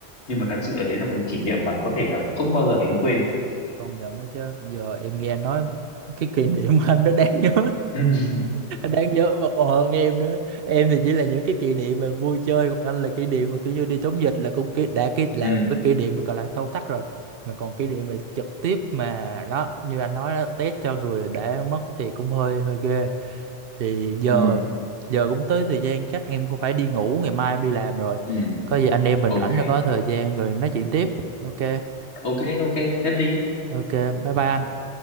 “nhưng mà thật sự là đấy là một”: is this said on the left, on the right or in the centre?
Left